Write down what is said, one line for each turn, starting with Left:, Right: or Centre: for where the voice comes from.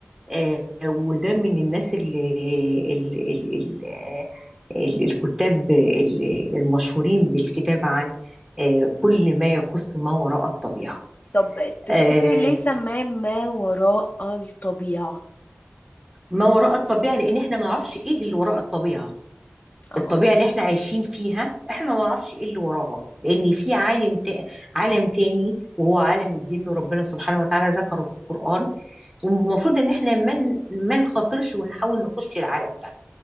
Right: آه، وده من الناس اللي اللي اللي اللي الكتاب اللي- المشهورين بالكتابة عن آه، كل ما يخص ما وراء الطبيعة
Left: طب تفتكري
Right: آه،
Left: ليه سماه ما وراء الطبيعة
Right: ما وراء الطبيعة لأن احنا ما نعرفش ايه اللي وراء الطبيعة
Left: اه
Right: الطبيعة اللي احنا عايشين فيها احنا ما نعرفش ايه اللي وراها لأن في عالم تا... عالم تاني وهو عالم الجن وربنا سبحانه وتعالى ذكره في القرآن والمفروض ان احنا ما من... ما نخاطرش ونحاول نخش العالم ده